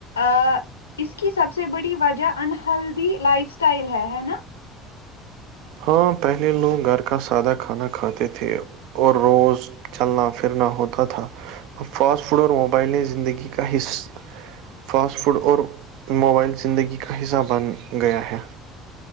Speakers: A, on the left; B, on the right.
A: آ <unintelligible> اس کی سب سے بڑی وجہ ان ہیلدی لائف اسٹائل ہے ہے نا
B: ہاں پہلے لوگ گھر کا سادہ کھانا کھاتے تھے اور روز چلنا پھرنا ہوتا تھا اب فاسٹ فوڈ اور موبائلیں زندگی کا حصہ فاسٹ فوڈ اور موبائل زندگی کا حصہ بن گیا ہے